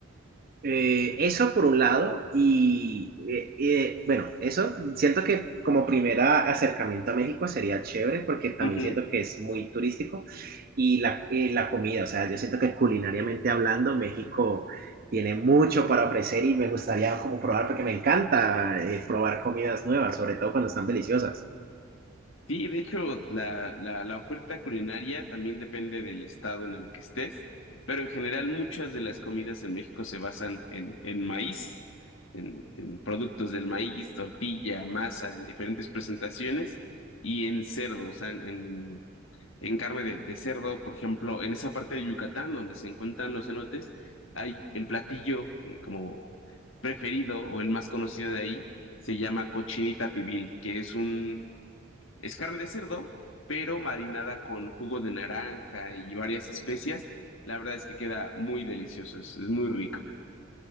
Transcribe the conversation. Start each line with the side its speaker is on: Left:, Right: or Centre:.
Right: Eh, eso por un lado, y eh, eh, bueno, eso siento que como primera acercamiento a México sería chévere porque también
Left: Ujú.
Right: siento que es muy turístico y la, y la comida, o sea, yo siento que culinariamente hablando, México tiene mucho para ofrecer y me gustaría como probar porque me encanta eh, probar comidas nuevas, sobre todo cuando están deliciosas.
Left: Sí, de hecho, la, la, la oferta culinaria también depende del estado en el que estés, pero en general muchas de las comidas en México se basan en, en maíz, en, en productos del maíz, tortilla, masa, en diferentes presentaciones y en cerdo, o sea, en, en en carne de, de cerdo, por ejemplo, en esa parte de Yucatán donde se encuentran los cenotes, hay el platillo eh, como preferido o el más conocido de ahí, se llama cochinita pibil, que es un, es carne de cerdo, pero marinada con jugo de naranja y varias especias. La verdad es que queda muy delicioso, es, es muy rico.